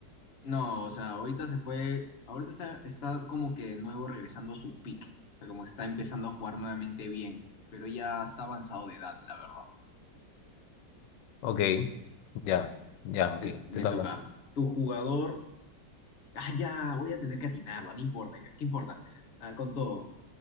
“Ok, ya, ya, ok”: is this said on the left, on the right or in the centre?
Left